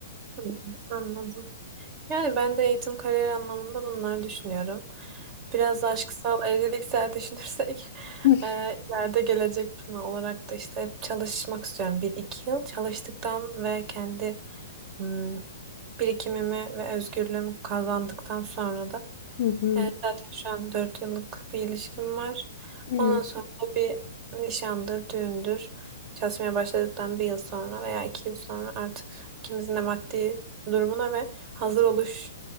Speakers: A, on the right; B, on the left.
A: Hı, Anladım. Yani ben de eğitim kariyer anlamında bunlar düşünüyorum. Biraz da aşksal evliliksel düşünürsek <laughs>
B: <laughs>
A: e, ileride gelecek planı olarak da işte çalışmak istiyorum. Bir iki yıl çalıştıktan ve kendi hmm, birikimimi ve özgürlüğümü kazandıktan sonra da
B: Hı hı.
A: e, zaten şu an 4 yıllık bir ilişkim var.
B: hı.
A: Ondan sonra bir nişandır, düğündür. Çalışmaya başladıktan bir yıl sonra veya iki yıl sonra artık ikimizin de maddi durumuna ve hazır oluş,